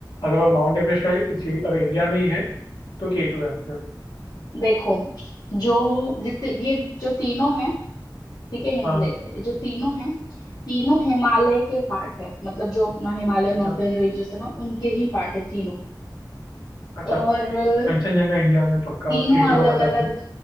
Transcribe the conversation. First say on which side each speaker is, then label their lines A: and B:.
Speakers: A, on the left; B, on the left.
A: अगर वो माउंट एवरेस्ट का इसी- अगर इंडिया में ही है तो के टू है आंसर
B: देखो जो जितने ये जो तीनों हैं ठीक है हिंट
A: हाँ
B: देते हैं ये जो तीनों हैं तीनों हिमालय के पार्ट है मतलब जो अपना हिमालय
A: अच्छा
B: माउंटेन रेंजेस है ना उनके ही पार्ट है तीनों
A: अच्छा
B: और
A: कंचनजंगा इंडिया में पक्का
B: तीनों
A: के टू
B: अलग
A: का पता
B: अलग
A: नहीं